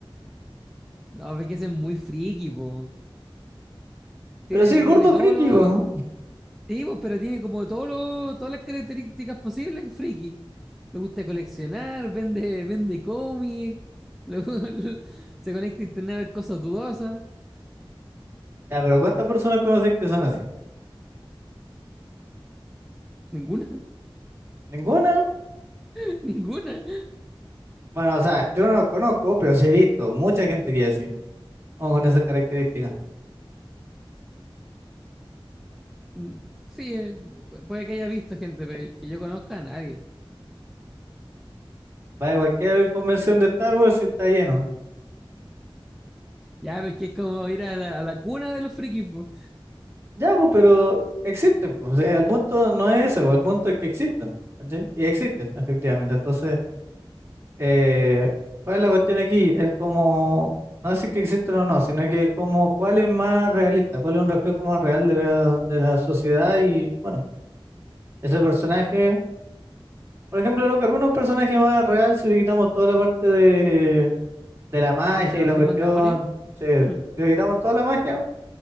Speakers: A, in the centre; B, on the right (about 25°).
A: No, ve que es muy friki, po. Tiene,
B: Pero sí, el gordo
A: tiene todos
B: friki,
A: los
B: po.
A: Sí, pues, pero tiene como todos los todas las características posibles, friki. Le gusta coleccionar, vende, vende cómic, le gu- <laughs> se conecta a internet a ver cosas dudosas.
B: Ya, pero ¿cuántas personas conoces que son así?
A: Ninguna,
B: ¿Ninguna?
A: <laughs> ninguna.
B: Bueno, o sea, yo no los conozco, pero sí he visto mucha gente que es así, como con esas características.
A: Mm, Sí, eh, pu- puede que haya visto gente, pero que yo conozca a nadie.
B: Vaya, cualquier convención de Star Wars y está lleno.
A: Ya, pero es que es como ir a la, a la cuna de los frikis, po,
B: Ya, pues, pero existen, pues. El punto no es ese, pues, el punto es que existen, ¿cachai? Y existen, efectivamente. Entonces, eh, ¿cuál es la cuestión aquí? Es como, no decir que existen o no, sino que es como cuál es más realista, cuál es un reflejo más real de la, de la sociedad y, bueno, ese personaje, por ejemplo, Locaruna es un personaje más real si le quitamos toda la parte de, de la magia
A: de que se transforman
B: y la cuestión,
A: en demonios.
B: sí,
A: <laughs>
B: si le quitamos toda la magia,